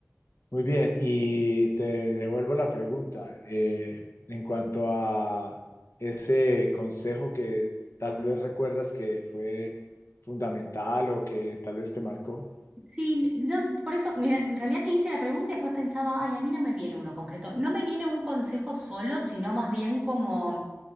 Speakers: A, on the left; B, on the right.
A: Muy bien, y te devuelvo la pregunta eh, en cuanto a ese consejo que tal vez recuerdas que fue fundamental o que tal vez te marcó.
B: Sí, no, por eso, mira, en realidad te hice la pregunta y después pensaba, ay, a mí no me viene uno concreto. No me viene un consejo solo, sino más bien como...